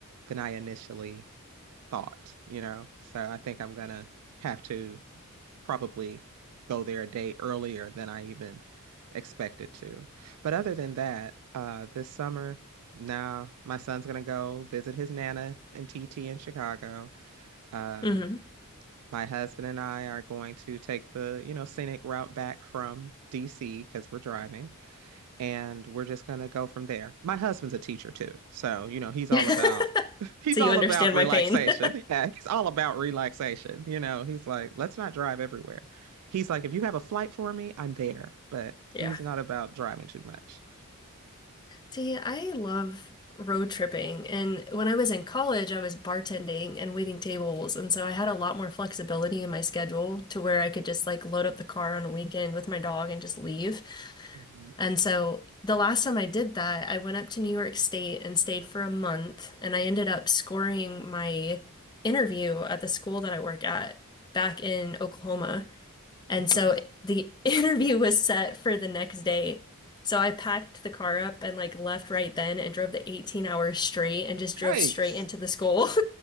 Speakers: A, on the right; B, on the left.
A: than I initially thought, you know. So I think I'm going to have to probably go there a day earlier than I even expected to. But other than that, uh, this summer now my son's going to go visit his nana and T T in Chicago. Um,
B: hmm
A: my husband and I are going to take the, you know, scenic route back from DC because we're driving and we're just gonna go from there. My husband's a teacher too, so you know he's all
B: <laughs>
A: about <laughs> he's
B: So you
A: all
B: understand
A: about relaxation.
B: my pain. <laughs>
A: <laughs> Yeah, he's all about relaxation. You know, he's like, let's not drive everywhere. He's like, if you have a flight for me, I'm there, but
B: Yeah.
A: he's not about driving too much.
B: See, I love road tripping. And when I was in college, I was bartending and waiting tables. And so I had a lot more flexibility in my schedule to where I could just like load up the car on a weekend with my dog and just leave.
A: Mhm.
B: And so the last time I did that, I went up to New York State and stayed for a month. And I ended up scoring my interview at the school that I work at back in Oklahoma. And
A: That's
B: so
A: nice.
B: the <laughs> interview was set for the next day. So I packed the car up and like left right then and drove the 18 hours straight and just
A: Yikes.
B: drove straight into the school. <laughs>